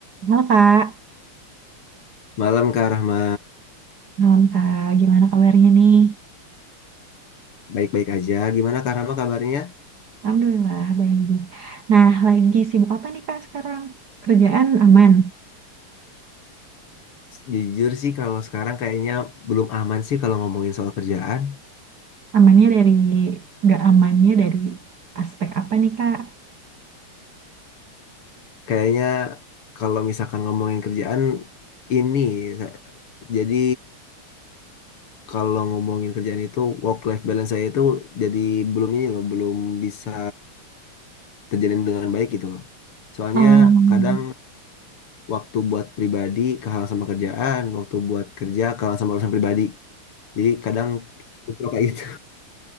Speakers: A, on the right; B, on the left.
A: Halo Kak,
B: Malam Kak Rahma,
A: malam Kak. Gimana kabarnya nih?
B: baik-baik aja. Gimana Kak Rahma kabarnya?
A: Alhamdulillah baik. Nah, lagi sibuk apa nih Kak sekarang? Kerjaan aman.
B: Jujur sih kalau sekarang kayaknya belum aman sih kalau ngomongin soal kerjaan.
A: Amannya dari nggak amannya dari aspek apa nih Kak?
B: Kayaknya kalau misalkan ngomongin kerjaan ini, sa- jadi kalau ngomongin kerjaan itu work life balance saya itu jadi belum ini loh, belum bisa terjalin dengan baik gitu loh. Soalnya
A: Um,
B: kadang waktu buat pribadi kalah sama kerjaan, waktu buat kerja kalah sama urusan pribadi. Jadi kadang <laughs> kayak gitu.